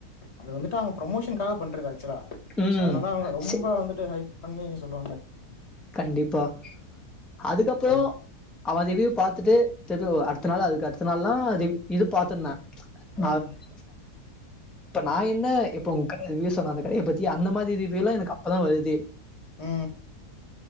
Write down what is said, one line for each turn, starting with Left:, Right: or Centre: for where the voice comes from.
Left: அது வந்துட்டு அவுங்க ப்ரொமோஷனக்காக பண்றது ஆக்சுவலா
Centre: ம்.
Left: அதுனால அவுங்க ரொம்ப
Centre: சே
Left: வந்துட்டு ஹய் பண்ணி சொல்லுவாங்க
Centre: கண்டிப்பா அதுக்கப்றோ
Left: சொல்
Centre: அவன் ரிவுவ்யு பாத்துட்டு திருப்பி அடுத்த நாள் அதுக்கு அடுத்த நாள்லா இது பாத்ரலா நான்
Left: ம்
Centre: என்ன இப்ப நா என்ன இப்ப உங்க கடை வ சொன்னேன் அந்த அந்த மாதிரி ரிவியலா எனக்கு அப்பதா வருது
Left: உ